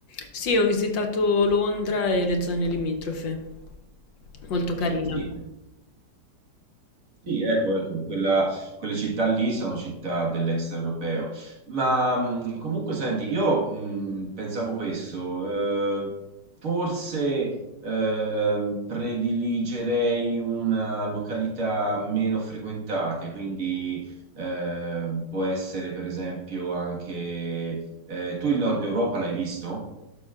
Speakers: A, on the left; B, on the right.
A: Sì, ho visitato Londra e le zone limitrofe. Molto carina.
B: Sì, Sì, ecco, ecco, quella- quelle città lì sono città dell'extraeuropeo. Ma mh, comunque, senti, io mh, pensavo questo, eh, forse eh, prediligerei una località meno frequentata, quindi eh, può essere per esempio anche... eh, tu il Nord Europa l'hai visto?